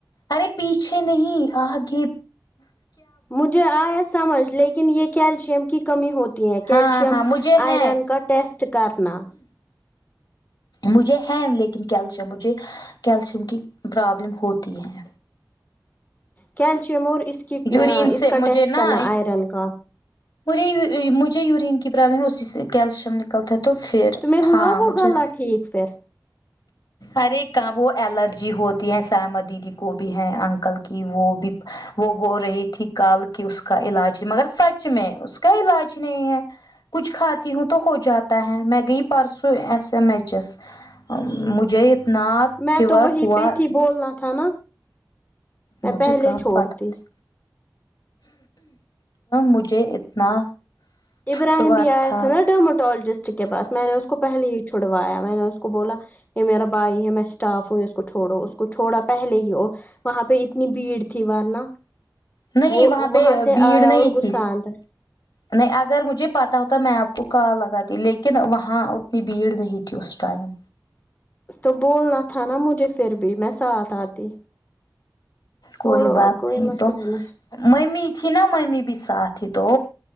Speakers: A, on the left; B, on the left.
A: ارے پیچھے نہیں آ گے
B: مجھے آیا سمجھ لیکن یہ کیلشیم کی کمی ہو تی ہے کیلشیم
A: ہاں ہاں مجھے ہے
B: آئرن کا ٹیسٹ کرنا
A: مجھے ہیں لیکن کیلشیم مجھے کیلشیم کی پرابلم ہوتی ہے
B: کیلشیم اور اس کی
A: یورین
B: اں اس
A: سے
B: کا
A: مجھے
B: ٹیسٹ
A: نا
B: کرنا آئرن کا
A: مجھے یور مجھے یورین کی پرابلم ہے اسی سے کیلشیم کلتا تو پھر
B: تمہیں ہوا
A: ہاں
B: وہ
A: مجھے
B: گالا ٹھیک پھر
A: ارے کہاں وہ الرجی ہوتی ہے سائمہ دیدی کو بھی ہے انکل کی وہ بھی وہ بول رہی تھی کل کی اس کا علاج مگر سچ میں اس کا علاج نہیں ہے کچھ کھاتی ہوں تو ہو جاتا ہے میں گئی پرسوں ایس ایم ایچ ایس مجھے اتنا
B: میں
A: فیور
B: تو وہی
A: ہوا
B: پہ تھی بولنا تھا نا میں
A: مجھے
B: پہلے
A: کہاں
B: چھوڑتی
A: پتہ تھے مجھے اتنا
B: ابراہیم
A: فیور
B: بھی آئے
A: تھا
B: تھے نا ڈرموٹالوجسٹ کے پاس میں نے اس کو پہلے ہی چھڑوایا میں نے اس کو بولا یہ میرا بھائی ہے میں اسٹاف ہوں اس کو چھوڑو اس کو چھوڑا پہلے ہی وہ وہاں پہ اتنی بھیڑ تھی ورنہ
A: نہیں
B: وہ
A: پہ
B: وہاں سے
A: بھیڑ
B: آیا
A: نہیں
B: اور گھوسا
A: تھی
B: اندر
A: نہیں اگر مجھے پتا ہوتا میں آپ کو کال لگاتی لیکن وہاں اتنی بھیڑ نہیں تھی اس ٹائم
B: تو بولنا تھا نا مجھے پھر بھی میں ساتھ آتی چھوڑو
A: کوئی
B: اب
A: بات
B: کوئی
A: نہیں
B: مسئلہ
A: تو
B: نہیں
A: ممی تھی نا ممی بھی ساتھ تھی تو